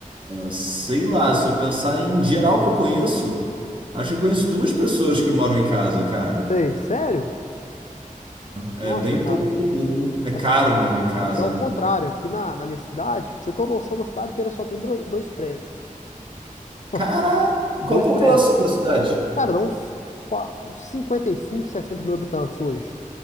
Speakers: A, on the right; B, on the left.
A: Sei lá, se eu pensar em geral que eu conheço, acho que eu conheço duas pessoas que moram em casa, cara.
B: sei, sério?
A: É
B: Nossa,
A: é bem
B: cara.
A: pouco comum. É caro
B: A-
A: morar em casa,
B: Aqui é o contrário.
A: né?
B: Aqui na, na minha cidade, pra você ter uma noção, na cidade inteira só tem dro- dois prédios. <laughs>
A: Cara,
B: Dois
A: qual a população
B: prédios.
A: da cidade?
B: Cara, dá uns, qua- uns 55, 60 mil habitantes hoje.